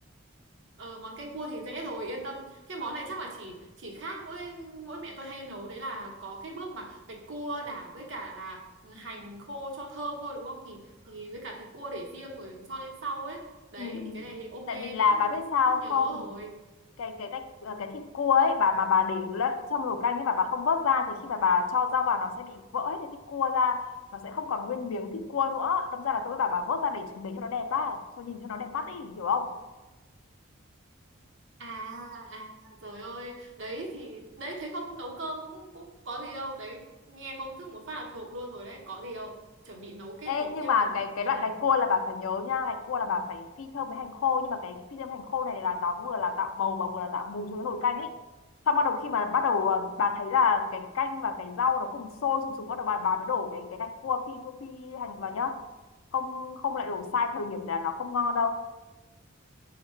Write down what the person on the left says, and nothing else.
ừ.
tại vì là
bà biết
sao
không
cái cái cách cái cái thịt cua ấy bà bà bà để lẫn trong nồi canh ấy mà bà không vớt ra thì khi mà bà cho rau vào nó sẽ bị vỡ hết cái thịt cua ra nó sẽ không còn nguyên miếng thịt cua nữa đâm ra là tôi với bà bà vớt ra để để cho nó đẹp á cho nhìn cho nó đẹp mắt đi hiểu không
Ê,
nhưng
mà
cái cái
đoạn
gạch cua là bà phải nhớ nha gạch cua là bà phải phi thơm với hành khô nhưng mà cái phi thơm hành khô này là nó vừa là tạo màu và vừa là tạo mùi cho cái nồi canh ấy xong bắt đầu khi mà bắt đầu ờ, bà thấy là cái canh và cái rau nó cùng sôi sùng sục bắt đầu bà bà mới đổ cái cái gạch cua phi phi hành vào nhá không không lại đổ sai thời điểm là nó không ngon đâu